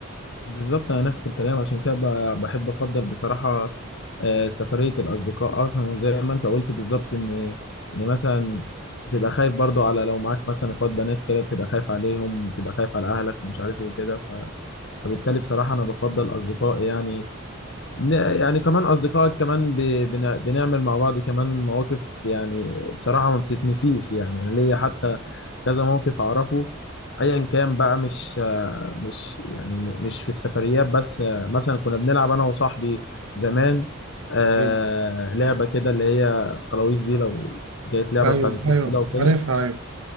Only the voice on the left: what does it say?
بالظبط انا نفس الكلام عشان كده ب- بحب افضل بصراحه آه، سفريه الاصدقاء اصلا وزي ما انت قلت بالظبط ان ان مثلا تبقى خايف برضو على لو معاك مثلا اخوات بنات كده بتبقى خايف عليهم بتبقى خايف على اهلك ومش عارف ايه وكده ف- فبالتالي بصراحه انا بفضل اصدقائي يعني ن- يعني كمان أصدقائك كمان ب- بن- بنعمل مع بعض كمان مواقف يعني بصراحة ما بتتنسيش يعني أنا ليا حتى كذا موقف أعرفه أيا كان بقى مش آه، مش يعني م- مش في السفريات بس آه، مثلا كنا بنلعب أنا وصاحبي زمان آه،
لعبة كده اللي هي خلاويص دي لو جت لعبة
بتاعت الطفولة
وكده